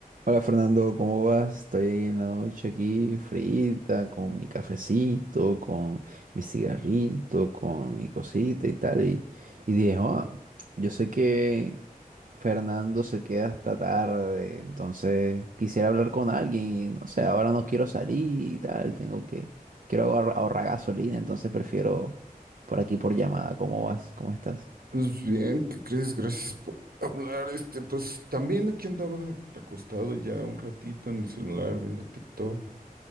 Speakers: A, on the right; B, on the right.
A: Hola Fernando, ¿cómo vas? Estoy en la noche aquí, frita, con mi cafecito, con mi cigarrito, con mi cosita y tal. Y, y dije, "Ah, yo sé que Fernando se queda hasta tarde, entonces quisiera hablar con alguien y no sé, ahora no quiero salir y tal, tengo que, quiero ahorra- ahorrar gasolina, entonces prefiero por aquí por llamada. ¿Cómo vas? ¿Cómo estás?
B: Pues bien, ¿qué crees? Gracias por hablar. Este, pues también aquí andaba acostado ya un ratito en el celular viendo TikTok,